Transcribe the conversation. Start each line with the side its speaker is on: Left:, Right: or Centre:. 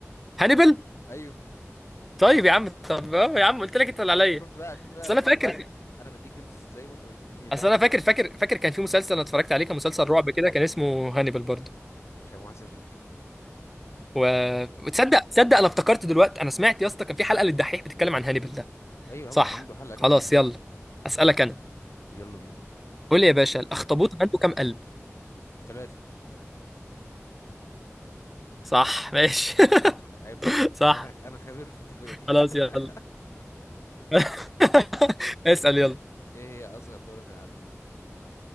Centre: هانيبال
Left: ايوه
Centre: طيب يا عم طب اه يا عم قلت لك انت اللي عليا
Left: شفت بقى شفت بقى
Centre: اصل
Left: انا
Centre: انا
Left: بوريك
Centre: فاكر
Left: انا بديك هنس ازاي وانت مش بتديني هنس
Centre: اصل
Left: خلاص
Centre: انا فاكر فاكر فاكر كان في مسلسل انا اتفرجت عليه كان مسلسل رعب كده كان اسمه هانيبال برضه
Left: ماشي يا ابو حسن ليك
Centre: و... وتصدق تصدق انا افتكرت دلوقتي انا سمعت يا اسطى كان في حلقه للدحيح بتتكلم عن هانيبال ده
Left: ايوه يا
Centre: صح
Left: عم عنده حلقة كاملة
Centre: خلاص
Left: كبيرة
Centre: يلا اسالك انا
Left: يلا بينا
Centre: قول لي يا باشا الاخطبوط عنده كام قلب
Left: ثلاثة
Centre: صح ماشي <laughs>
Left: عيب عيب بقى
Centre: صح
Left: انا انا خبير في التكويكي
Centre: خلاص يلا
Left: <laughs>
Centre: <laughs> اسأل يلا
Left: ايه هي اصغر دولة في العالم